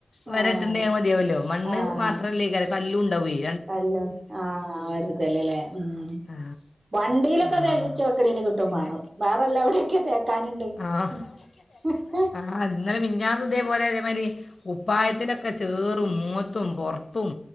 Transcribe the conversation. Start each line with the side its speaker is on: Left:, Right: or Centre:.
Left: വരട്ട്ന്റെ
Right: ആഹ്
Left: അവ് മതിയാവല്ലോ മണ്ണ്
Right: ആഹ്
Left: മാത്രല്ലയ്‌ക്കാരം കല്ലും ഇണ്ടാവൊയ്
Right: കല്ലും ആഹ് ഒര്തല് ലെ ഉം
Left: ആ
Right: വണ്ടിയിലൊക്കെ
Left: ആ
Right: തേച്ചക്ക്ണെന് കിട്ടും
Left: പിന്നെ
Right: വാണം വേറെല്ലവ്ടെക്കെ തേക്കാന്. <inaudible>
Left: ആ ആ ഇന്നലെ മിഞ്ഞാന്നു ഇതേപോലെ ഇതൊ മാതിരി കുപ്പായത്തിലോക്കെ ചെറും, മോത്തും പോർ ത്തും